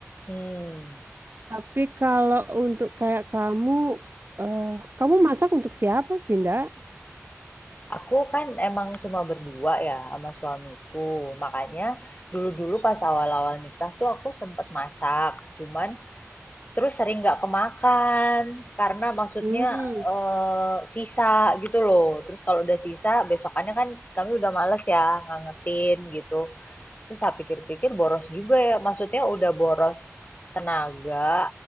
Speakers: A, on the left; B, on the right.
A: hmm.
B: Tapi kalau untuk kayak kamu, eh, kamu masak untuk siapa sih, Ndak?
A: Aku kan emang cuma berdua ya sama suamiku, makanya dulu-dulu pas awal-awal nikah tuh aku sempet masak, cuman terus sering nggak kemakan karena maksudnya
B: Hmm,
A: eh, sisa gitu loh. Terus kalau udah sisa besokannya kan kami udah males ya ngangetin gitu. Terus saya pikir-pikir boros juga ya. Maksudnya udah boros tenaga,